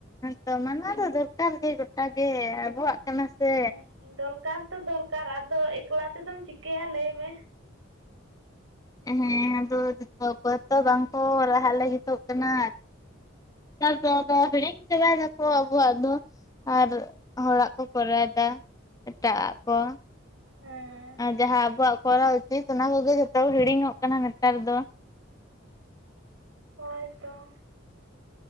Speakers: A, on the left; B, on the right.
A: ᱛᱚ ᱢᱟᱱᱟᱣ ᱫᱚ ᱫᱚᱨᱠᱟᱨ ᱜᱮ᱾ ᱜᱚᱴᱟᱜᱮ ᱟᱵᱚᱣᱟᱜ ᱠᱟᱱᱟ ᱥᱮ᱾
B: ᱦᱮᱸ ᱫᱚᱨᱠᱟᱨ ᱛᱚ ᱫᱚᱨᱠᱟᱨ ᱟᱫᱚ ᱮᱠᱞᱟ ᱛᱮᱫᱚᱢ ᱪᱤᱠᱟᱹᱭᱟ ᱞᱟᱹᱭ ᱢᱮ᱾
A: ᱦᱮᱸ ᱟᱫᱚ ᱡᱚᱛᱚ ᱚ ᱠᱚᱭ ᱛᱚ ᱵᱟᱝᱠᱚ ᱨᱟᱦᱟᱜ ᱞᱟᱹᱜᱤᱫᱚᱜ ᱠᱟᱱᱟ᱾ ᱮ ᱵᱟᱵᱟ ᱦᱤᱲᱤᱧ ᱪᱟᱵᱟ ᱫᱟᱠᱚ ᱟᱵᱚᱣᱟᱜ ᱫᱚ ᱟᱨ ᱦᱚᱲᱟᱜ ᱠᱚ ᱠᱚᱨᱟᱣᱫᱟ᱾ ᱮᱴᱟᱜ ᱟᱜ ᱠᱚ
B: ᱦᱮᱸ
A: ᱟᱨ ᱡᱟᱦᱟᱸ ᱟᱵᱚᱣᱟᱜ ᱠᱚᱨᱟᱣ ᱩᱪᱤᱛ ᱚᱱᱟ ᱠᱚᱜᱮ ᱡᱚᱛᱚ ᱦᱤᱲᱤᱧᱚᱜ ᱠᱟᱱᱟ ᱱᱮᱛᱟᱨ ᱫᱚ
B: ᱦᱳᱭ ᱛᱚ